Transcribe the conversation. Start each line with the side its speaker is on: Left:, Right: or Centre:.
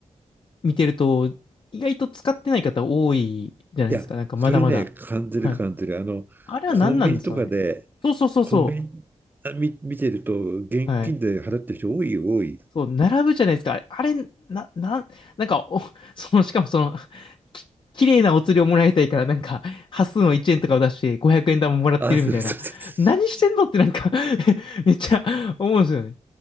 Left: 見てると、意外と使ってない方多いじゃないですか。
Right: いや、
Left: なんかまだまだ。
Right: それね、感じる感じる。
Left: はい。
Right: あの、
Left: あれは何なんですかね。
Right: コンビニとかで、
Left: そうそうそうそ
Right: コンビニあ見、見てると、現金で払ってる人多いよ、
Left: う。はい。
Right: 多い。
Left: そう、並ぶじゃないですか。あれ、あれな、なん、なんか、お、<laughs> その、しかもその、き、綺麗なお釣りをもらいたいから、なんか、端数の1円とかを出して、500円玉もらってるみたいな。
Right: あ、そうそうそ
Left: 何してんのってなんか <laughs> めっちゃ思うんですよね。